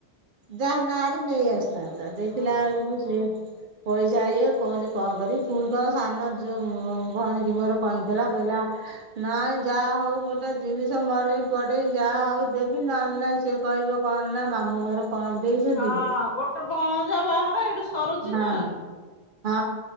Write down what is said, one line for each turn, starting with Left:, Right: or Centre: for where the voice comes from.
Right: ଯାହା ନାଁ ରେ ନେଇ ଆସ ଥାନ୍ତା, ଦେଖିଲା
Left: ହଁ
Right: ବେଳକୁ
Left: ହଁ।
Right: ସିଏ ପଇସା ଇଏ କହୁଛି କଣ କରିମି? ପୁଣି କ ସାନ ଯୋ ଭଉଣୀ କି କହିଁଦେଲା, କହିଲା ନାଇଁ ଯା ହଉ ଗୋଟେ ଜିନିଷ ମର ପଡେଇ ଯାହା ହଉ ଦେବି, ନହେଲେ ନାହିଁ ସେ କହିବ କଣ ନା- ମାମୁ ଘର କଣ ଦେଇଛନ୍ତି
Left: ହଁ
Right: କି?
Left: ଗୋଟେ ଭଣଜା ବାହାହେଲା, ଏଇଠୁ ସରୁଛି
Right: ହଁ।
Left: ନା
Right: ହଁ,